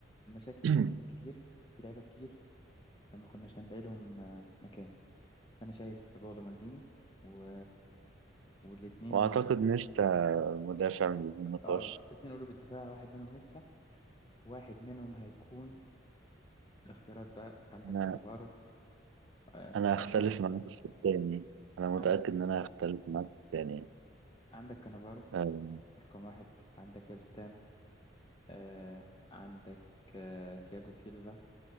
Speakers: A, on the left; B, on the right.
A: المشاكل في
B: <clears throat>
A: مشاكل كتير في لعيبه كتير فما كناش هنلاقي لهم آه، مكان فانا شايف باولو مالديني و... والاتنين
B: واعتقد نيستا مدافع من بدون نقاش
A: اه اتنين قلوب الدفاع واحد منهم نيستا واحد منهم هيكون الاختيارات بقى عندك
B: انا
A: كانافارو آه هو
B: انا
A: الأشهر
B: هختلف معاك في الثاني انا متأكد
A: عندك
B: ان انا هختلف معاك في الثاني
A: عندك كانافارو
B: آه.
A: رقم واحد عندك يابستام آه عندك آه تياجو سيلفا